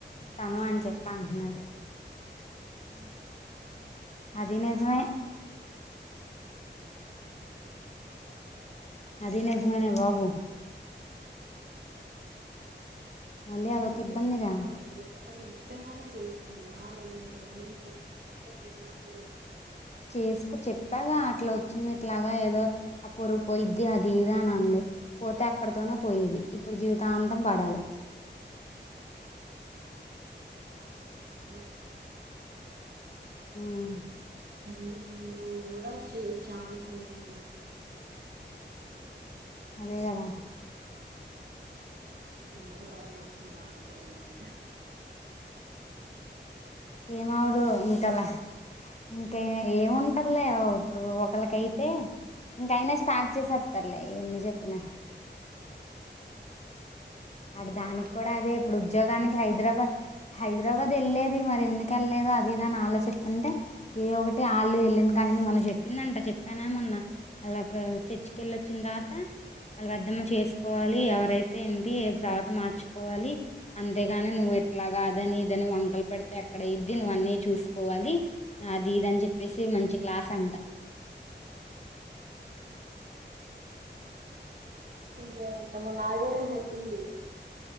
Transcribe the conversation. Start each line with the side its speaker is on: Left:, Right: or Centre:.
Left: తను అని చెప్పి అంటున్నారు
Right: హ
Left: అది నిజమే అది నిజమేనే బాబు మళ్ళీ అదొక
Right: నాకు
Left: ఇబ్బందిగా
Right: ఇప్పటికీ డౌట్ అది ఇష్టంగానే చేసుకుందా లేదంటే ఏంటి అని మన నాకే తెలియదు
Left: చేసుకు చెప్పాగా అట్లా వచ్ చ్చింది ఇట్లాగా ఏదో ఆ పరు పోయిద్ది అది ఇదని అంది పోతే అక్కడితోనే పోయేది ఇప్పుడు జీవితాంతం పడాలి
Right: వస్లు
Left: మ్
Right: ఎంగేజ్మెంట్ రోజు కూడా చ ఛాన్స్ ఉంది దానికి
Left: అదే కదా
Right: నీకు భయం ఏస్తుందా నాక్కూడ ఏమీ వేయాలే
Left: ఏమిఅవ్వదు ఇంకలా ఇంక ఏముంటరులే ఇప్పుడు ఒకళ్ళు అయితే. ఇంకయినా స్టార్ట్ చేసేస్తారులే ఎన్ని చెప్పినా వాడు
Right: ఏ
Left: దానికి
Right: అలా అంటావ్
Left: కూడా అదే ఇప్పుడు ఉద్యోగానికి హైదరాబాద్ హైదరాబాద్ వెళ్ళేది మరి ఎందుకు వెళ్ళలేదో అది ఇది అని ఆలోచిస్తా ఉంటే ఏ ఒకటి ఆళ్లే వెళ్ళింది కానీ మనం చెప్పిందంట చెప్పాన ఏమొన్నా అలా చర్చికి వెళ్లొచ్చిన తర్వాత వాళ్ళ వ్రతం చేసుకోవాలి ఎవరైతే ఏంటి తర్వాత మార్చుకోవాలి. అంతేగాని నువ్వు ఎట్లా కాదని ఇదని వంకలు పెడితే ఎక్కడయిద్ది నువ్వు. అనే చూసుకోవాలి అది ఇదని చెప్పేసి మంచి క్లాస్ అంట.
Right: టీకేయెంట మొన్న ఆదివారం చెప్పింది.